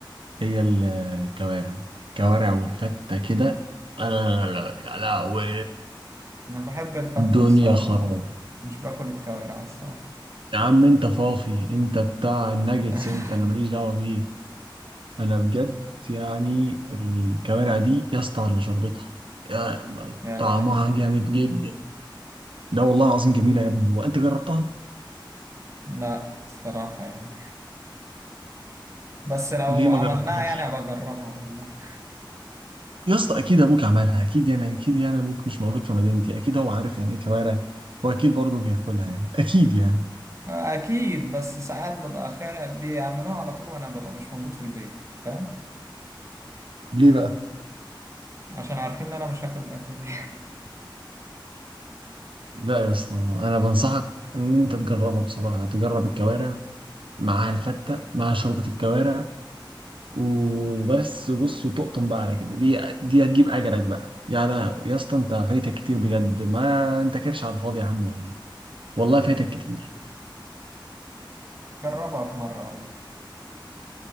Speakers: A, on the right (about 85°); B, on the right (about 35°).
A: هي الكوارع كوارع والفتة كده لا لا لا لا يا لهوي
B: أنا بحب الفتة
A: دنيا
B: بس آه،
A: خراب
B: مش باكل الكوارع الصراحة
A: يا عم انت فافي انت بتاع الناجتس
B: <laughs>
A: انت انا ماليش دعوة بيك انا بجد يعني الكوارع دي يا اسطى ولا شربتها يا-
B: يا
A: طعمها
B: لهوي
A: جامد جدا لا والله العظيم جميلة يا ابني وانت جربتها
B: لا الصراحة يعني بس لو
A: ليه ما
B: عملناها
A: جربتهاش
B: يعني أبقى أجربها والله
A: يا اسطى اكيد ابوك عملها اكيد يعني اكيد يعني ابوك مش موجود في مدينتي اكيد هو عارف يعني ايه كوارع واكيد برضه بياكلها يعني اكيد يعني
B: أكيد بس ساعات ببقى خير بيعملوها على طول وأنا ببقى مش موجود في البيت فاهم
A: ليه بقى
B: عشان عارفين إن أنا مش هاكل الأكلة دي
A: لا يا اسطى انا بنصحك ان انت تجربها بصراحه تجرب الكوارع معاها الفته مع شوربه الكوارع وبس بص وتقطن بقى على كده دي دي هتجيب اجلك بقى يا لا يا اسطى انت فايتك كتير بجد ما انت كرش على الفاضي يا عم ولا ايه والله فايتك كتير
B: <laughs> أجربها في مرة والله